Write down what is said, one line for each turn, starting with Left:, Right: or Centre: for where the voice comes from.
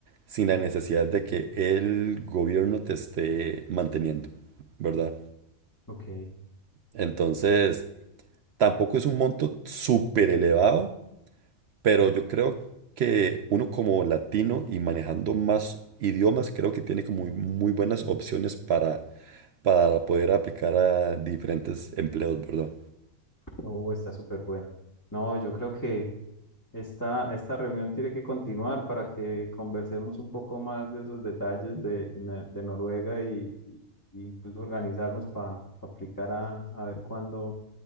Right: sin la necesidad de que el gobierno te esté manteniendo, ¿verdad?
Left: Ok.
Right: Entonces, tampoco es un monto súper elevado, pero yo creo que uno como latino y manejando más idiomas, creo que tiene como muy, muy buenas opciones para, para poder aplicar a diferentes empleos, ¿verdad?
Left: Oh, está súper bueno. No, yo creo que... Esta, esta reunión tiene que continuar para que conversemos un poco más de esos detalles de, Ne- de Noruega y, y- y incluso organizarnos para aplicar a, a ver cuándo,